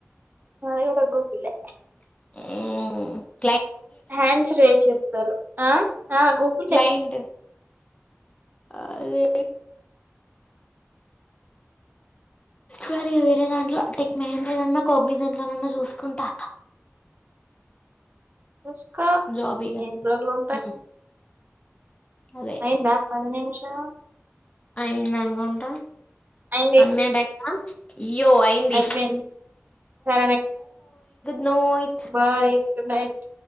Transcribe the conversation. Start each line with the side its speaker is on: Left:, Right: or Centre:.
Right: ఇవడ పోవలే
Left: ఓ
Right: హ్యాండ్స్ రేస్ చెప్తారు ఆ గూగుల్
Left: క్లయింట్ అదే చూడాలి ఇక వేరే దాంట్లో టెక్ మహేంద్రలన్నా కోగ్నీ దాంట్లోనన్నా చూసుకుంటా
Right: అస్ ఇకా
Left: జాబ్ ఇక
Right: ఎన్ని రోజులు ఉంటాయి
Left: ఉమ్, అదే
Right: అయిందా పది నిమిషం
Left: అయింద అనుగాంట
Right: అయింది
Left: పన్నెడుయి ఇయో అయింది
Right: అయిపోయింది సరే నెక్స్ట్
Left: నయ
Right: బాయ్ గుడ్ నైట్